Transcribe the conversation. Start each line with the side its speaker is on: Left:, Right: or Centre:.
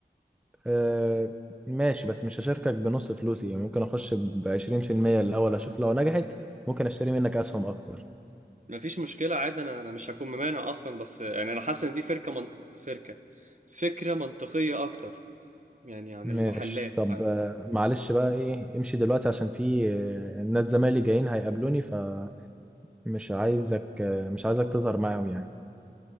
Centre: آه، ماشي بس مش هشاركك بنص فلوسي يعني ممكن اخش بعشرين في المية الاول اشوف لو نجحت ممكن اشتري منك اسهم اكتر
Right: مفيش مشكلة عادي أنا أنا مش هكون ممانع أصلا بس يعني أنا حاسس إن دي فركة من... فركة فكرة منطقية أكتر يعني عن
Centre: ماشي
Right: المحلات
Centre: طب
Right: عن
Centre: آه،
Right: ال-
Centre: معلش بقى ايه امشي دلوقتي عشان في آه، ناس زمايلي جايين هيقابلوني فمش عايزك آه، مش عايزك تظهر معاهم يعني